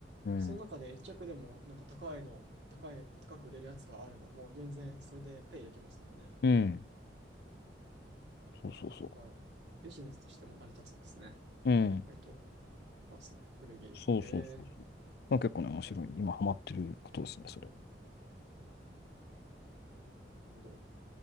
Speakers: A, on the left; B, on the right.
A: うん。
B: その中で一着でも、なんか高いの、高い、高く売れるやつがあれば、もう全然それでペイできますもんね。
A: うん。そうそうそ
B: じゃあ、ビジネスとしても成り立つんですね。
A: う。うん。
B: 割と、まあ、す古着。
A: そうそうそうそう。
B: へえ
A: まあ、結構ね、面白い。今ハマってることですね、それ。
B: なるほど。